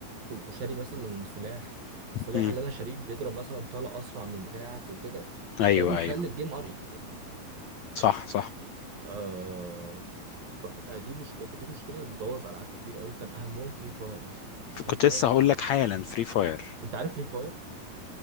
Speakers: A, on the right; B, on the left.
A: و- وشاري مثلا سلاح السلاح
B: مم،
A: اللي أنا شاريه بيضرب مثلا طلقة أسرع من بتاعك وكده
B: ايوه
A: ده بيخلي
B: ايوه
A: الجيم أن إيكوال
B: صح صح
A: آه ف- فدي مشكلة فدي مشكلة اللي بتبوظ ألعاب كتير أوي كان أهمهم فري فاير مثلا
B: ف-
A: فري
B: كنت
A: فاير
B: لسه هقول لك حالا فري فاير
A: أنت عارف فري فاير